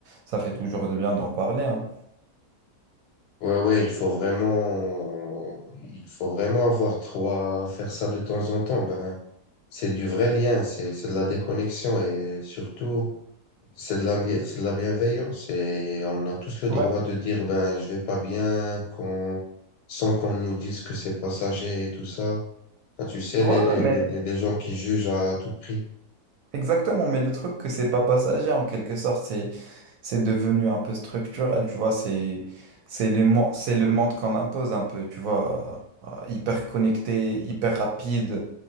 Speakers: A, on the right; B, on the left.
A: ça fait toujours du bien d'en parler, hein.
B: Ouais, ouais, il faut vraiment, il faut vraiment avoir trois, faire ça de temps en temps. Ben, c'est du vrai lien, c'est, c'est de la déconnexion et surtout, c'est de la, bien- c'est de la bienveillance. Et on a tous le
A: Ouais,
B: droit de dire, ben, je vais pas bien qu'on, sans qu'on nous dise que c'est passager et tout ça. Ben, tu sais,
A: ouais,
B: les,
A: ouais,
B: les,
A: mais
B: les, les les gens qui jugent à tout prix.
A: Exactement, mais le truc que c'est pas passager en quelque sorte, c'est c'est devenu un peu structurel, tu vois, c'est c'est les mon- c'est le monde qu'on impose un peu, tu vois, euh, hyper connecté, hyper rapide